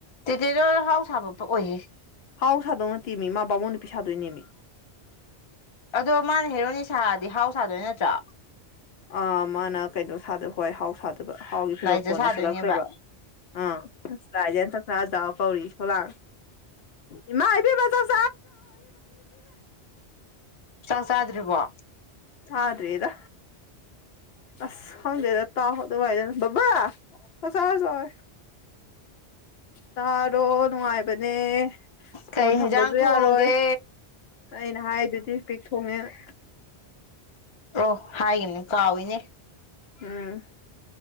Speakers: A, on the left (about 35°); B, on the left (about 70°).
A: ꯇꯗꯤꯗ ꯍꯥꯎꯁꯥꯕ ꯑꯣꯏꯌꯦꯦ
B: ꯍꯥꯎ ꯁꯥꯗꯧꯅꯠꯇꯃꯤ ꯃꯥ ꯕꯥꯃꯣꯜ ꯅꯨꯄꯤ ꯁꯥꯗꯣꯏꯅꯦꯃꯤ
A: ꯑꯗꯣ ꯃꯥꯅ ꯍꯦꯔꯣꯅꯤ ꯁꯥꯔꯗꯤ ꯍꯥꯎ ꯁꯥꯗꯣꯏ ꯅꯠꯇ꯭ꯔꯣ
B: ꯑ ꯃꯥꯅ ꯀꯩꯅꯣ ꯁꯥꯗ ꯍꯣꯏ ꯍꯥꯎ ꯁꯥꯗꯣ ꯑꯗꯨꯒ ꯍꯥꯎꯒꯤ ꯐꯤꯔꯣꯞ
A: ꯂꯥꯏꯖ
B: ꯀꯣꯟꯅ
A: ꯁꯥꯗꯣꯏꯅꯦꯕ
B: ꯁꯠꯂꯛꯇꯣꯏꯕ ꯑꯥ ꯔꯥꯏꯖꯟ ꯆꯥꯛꯆꯥꯗꯥ ꯀꯧꯔꯤ ꯊꯣꯂꯥ ꯏꯃꯥ ꯏꯕꯦꯃ ꯆꯠ
A: ꯆꯛ ꯆꯥꯗ꯭ꯔꯤꯕꯣ
B: ꯆꯗ꯭ꯔꯤꯗ ꯑꯁ ꯈꯪꯗꯦꯗ <unintelligible> ꯕꯕꯥ ꯆꯥꯛ ꯆꯔꯁꯦ ꯂꯥꯛ ꯑꯣ ꯌꯦ ꯇꯥꯔꯣ ꯅꯨꯡꯉꯥꯏꯕꯅꯦ ꯐꯣꯟ
A: ꯀꯩ ꯍꯦꯟꯖꯥꯡ
B: ꯊꯝꯕꯁꯨ
A: ꯊꯣꯡꯒꯦ
B: ꯌꯥꯔꯣꯏ ꯑꯩꯅ ꯍꯥꯏꯗꯨꯗꯤ ꯄꯤꯛ ꯊꯣꯡꯉꯦꯅ
A: ꯑꯣ ꯍꯥꯏꯈꯤꯕꯅꯤ ꯀꯥꯎꯏꯤꯅꯦ
B: ꯑꯝ